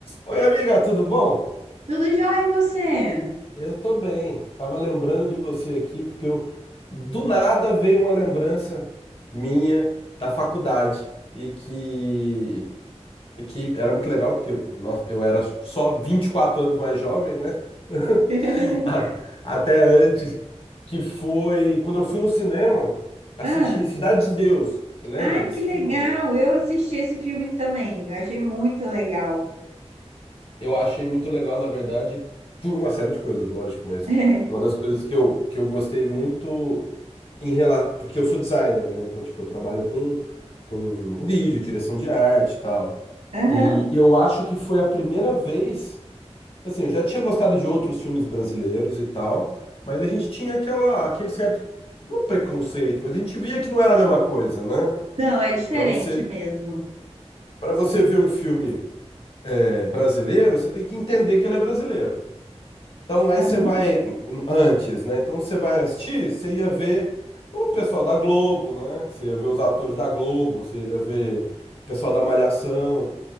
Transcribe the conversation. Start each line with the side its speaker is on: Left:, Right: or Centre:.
Left: Oi, amiga, tudo bom?
Right: Tudo jóia e você?
Left: Eu tô bem. Tava lembrando de você aqui, porque eu do nada veio uma lembrança minha da faculdade e que e que era muito legal, porque nossa, eu era só 24 anos mais jovem, né? <laughs>
Right: <laughs>
Left: A- Até antes, que foi quando eu fui no cinema assistir
Right: Ah,
Left: Cidade de Deus. Você lembra
Right: ai,
Left: desse
Right: que legal!
Left: filme?
Right: Eu assisti esse filme também. Eu achei muito legal.
Left: Eu achei muito legal, na verdade, por uma série de coisas, lógico, mas
Right: <laughs>
Left: uma das coisas que eu, que eu gostei muito em relação. Porque eu sou designer, né? Então, tipo, eu trabalho com, com vídeo, direção de arte e tal.
Right: É. Aham.
Left: E eu acho que foi a primeira vez. Assim, eu já tinha gostado de outros filmes brasileiros e tal, mas a gente tinha aquela, aquele certo. Não preconceito, mas a gente via que não era a mesma coisa, né?
Right: Não, é diferente
Left: Pra você,
Right: mesmo.
Left: para você ver um filme, eh, brasileiro, você tem que entender que ele é brasileiro. Então aí
Right: Aham.
Left: você vai antes, né? Então você vai assistir, você ia ver o pessoal da Globo, né? Você ia ver os atores da Globo, você ia ver o pessoal da Malhação,